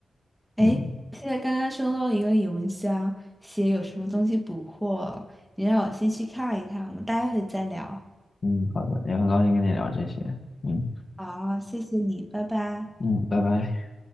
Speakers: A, in the centre; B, on the left (about 55°).
A: 诶，
B: 嗯
A: 现在刚刚收到一个邮箱，写有什么东西补货，你让我先去看一看，我们待会再聊。
B: 嗯，好的，也很高兴跟你聊这些。嗯
A: 好，谢谢你，拜拜。
B: 嗯，拜拜。